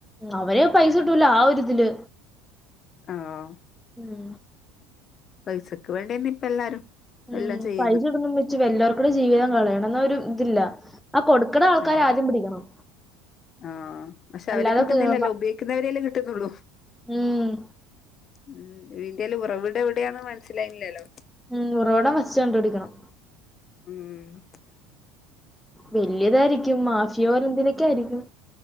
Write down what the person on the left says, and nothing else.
ആഹ്
പൈസക്ക് വേണ്ടിന്നെ ഇപ്പൊ എല്ലാരും
എല്ലാം ചെയ്യുന്നു
ഇല്ല
ആഹ് പക്ഷെ
അവര് കിട്ടുന്നില്ലല്ലോ
ഉപയോഗിക്കുന്നവരല്ലേ കിട്ടുന്നുള്ളൂ.
ഉം ഇയിന്റെയെല്ലാം ഉറവിടെവിടെയാന്ന് മനസ്സിലായില്ലല്ലോ
ഉം